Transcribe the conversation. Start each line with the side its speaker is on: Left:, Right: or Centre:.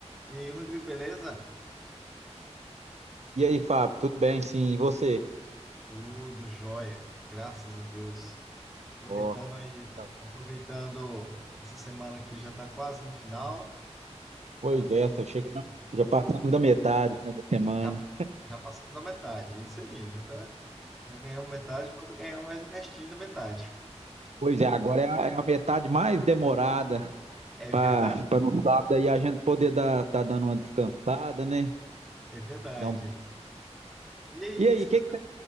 Centre: E aí, Rodrigo, beleza?
Right: E aí, Fábio, tudo bem? Sim, e você?
Centre: Tudo jóia, graças a Deus. Aproveitando
Right: Ó,
Centre: aí,
Right: tá bom.
Centre: aproveitando essa semana que já está quase no final,
Right: pois
Centre: para ver
Right: é, só chegando,
Centre: o que
Right: já passamos da metade, né, da semana.
Centre: já, já passamos da metade. É Isso aí, já tá, já ganhamos metade, falta ganhar mais o restinho da metade. <laughs>
Right: Pois é, agora é a, é a metade mais demorada
Centre: É
Right: para
Centre: verdade,
Right: para no sábado aí a gente poder dar tá dando uma descansada, né?
Centre: é verdade.
Right: Dar um...
Centre: E aí,
Right: E
Centre: o que
Right: aí,
Centre: que você
Right: o que
Centre: tá.
Right: que você